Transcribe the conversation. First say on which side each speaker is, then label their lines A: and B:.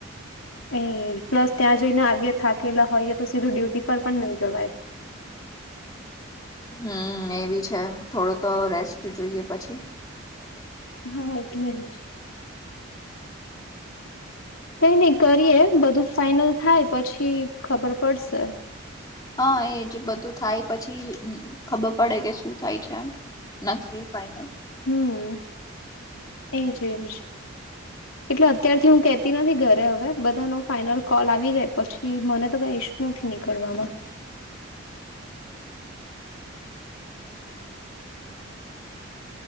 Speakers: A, on the left (about 85°); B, on the left (about 20°).
A: એ પ્લસ ત્યાં જઈને આવીએ થાકેલા હોયએ, તો સીધું ડ્યુટી પર પણ નઈ જવાય.
B: હમ એ બી છે. થોડું તો રેસ્ટ જોઈએ પછી.
A: હા, એટલે જ. કઈ ની કરીએ બધું ફાઈનલ થાય, પછી ખબર પડશે.
B: હા એજ બધું થાય પછી, ખબર પડે કે શું થાય છે. નક્કી, ફાઈનલ.
A: હમ એજ એજ. એટલે અત્યારથી હું કેતી નથી ઘરે હવે બધા ન ફાઈનલ કોલ આવી જાય પછી, મને તો કઈ ઇશુ નથી નીકળવામાં.